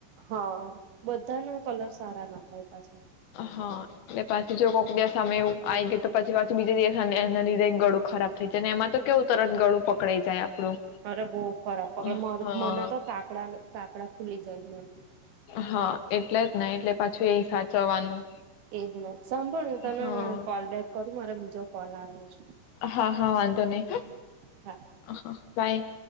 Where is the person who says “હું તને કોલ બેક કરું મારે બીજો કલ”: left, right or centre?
Right